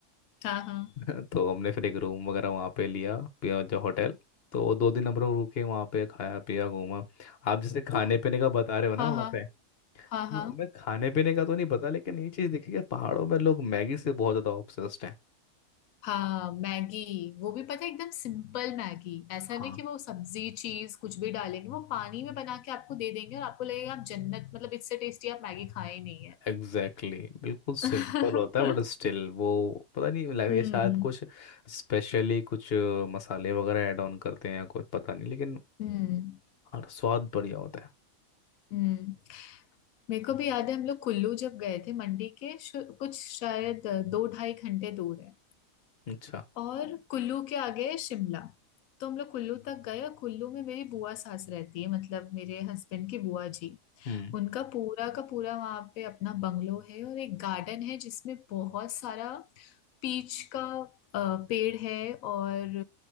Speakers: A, on the left; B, on the left.
A: हाँ हाँ
B: हैं <laughs> तो हमने फिर एक रूम वगैरह वहाँ पे लिया पिया- जो होटल तो वो दो दिन हम लोग रुके वहाँ पे खाया पिया घूमा आप जैसे खाने
A: तो
B: पीने का बता रहे हो ना
A: हाँ
B: वहाँ
A: हाँ
B: पे हाँ,
A: हाँ हाँ
B: मैं खाने पीने का तो नहीं पता लेकिन ये चीज़ देखी कि पहाड़ों में लोग मैगी से बहुत ज़्यादा ऑब्सेस्ड हैं
A: हाँ मैगी वो भी पता है एकदम सिंपल मैगी ऐसा
B: हाँ
A: नहीं कि वो सब्जी चीज कुछ भी डालेंगे वो पानी में बना के आपको दे देंगे और आपको लगेगा आप जन्नत मतलब इससे टेस्टी आप मैगी खाए ही नहीं है
B: एग्जैक्टली exactly. बिल्कुल सिंपल
A: <laughs>
B: होता है बट स्टिल वो पता नहीं लगे
A: हम्म
B: शायद कुछ स्पेशली कुछ अ, मसाले वगैरह ऐड ऑन करते हैं या कुछ पता नहीं लेकिन
A: हम्म
B: और स्वाद बढ़िया होता है
A: हम्म मेरे को भी याद है हम लोग कुल्लू जब गए थे मंडी के शु- कुछ शायद दो ढाई घंटे दूर है
B: अच्छा
A: और कुल्लू के आगे है शिमला तो हम लोग कुल्लू तक गए और कुल्लू में मेरी बुआ सास रहती है मतलब मेरे हस्बैंड की बुआ जी
B: हम्म
A: उनका पूरा का पूरा वहां पे अपना बंगलो है और एक गार्डन है जिसमें बहुत सारा पीच का अ, पेड़ है और